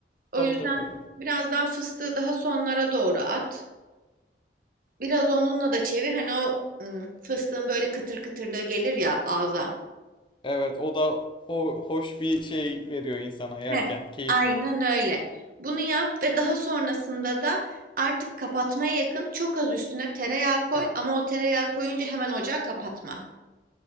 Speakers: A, on the right; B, on the left.
A: O
B: Tabii
A: yüzden
B: tabii tabii.
A: biraz daha fıstığı daha sonlara doğru at. Biraz onunla da çevir. Hani o ım, fıstığın böyle kıtır kıtırlığı gelir ya ağza.
B: Evet o da o hoş bir şey veriyor insana yerken.
A: Heh,
B: Keyif.
A: Aynen öyle. Bunu yap ve daha sonrasında da artık kapatmaya yakın çok az üstüne tereyağı koy ama o tereyağı koyunca hemen ocağı kapatma.